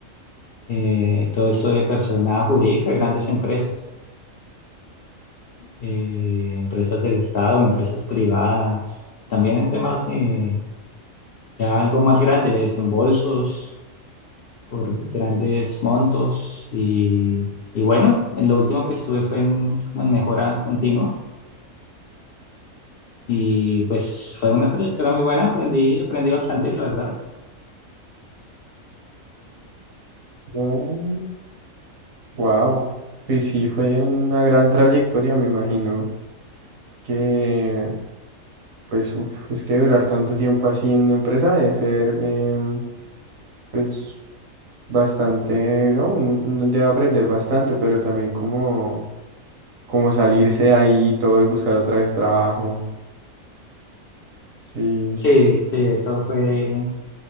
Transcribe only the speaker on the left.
eh, todo esto de persona jurídica, grandes empresas. eh, empresas del Estado, empresas privadas, también en temas de ya algo más grande, desembolsos por grandes montos y, y bueno, en lo último que estuve fue en, como en mejora continua y pues fue una trayectoria muy buena, aprendí, aprendí bastante, la verdad.
Sí, sí, eso fue,